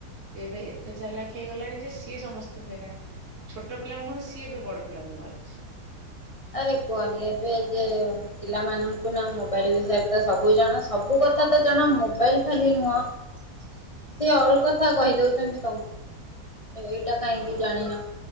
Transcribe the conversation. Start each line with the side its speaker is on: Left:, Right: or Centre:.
Right: ସିଏ ଏବେ ଏତେ ଚାଲାଖ ହେଇଗଲାଣି ଯେ ସିଏ ସମସ୍ତିଙ୍କି ଏଇନା ଛୋଟ ପିଲାଙ୍କୁ କଣ ସିଏ ଏବେ ବଡ ପିଲାଙ୍କୁ ମାରୁଛି।
Left: ଆରେ କୁହନି ଏବେ ଯେ ପିଲାମାନଙ୍କୁ ନା ମୋବାଇଲ ବିଷୟରେ ତ ସବୁ ଜଣା ସବୁ କଥା ତ ଜଣା ମୋବାଇଲ ଖାଲି ନୁହଁ।
Right: <inaudible>
Left: ସିଏ ଅଲ କଥା କହିଦଉଚନ୍ତି ତମୁକୁ ଏଇଟା କାହିଁକି
Right: ହଁ
Left: ଜାଣିନ?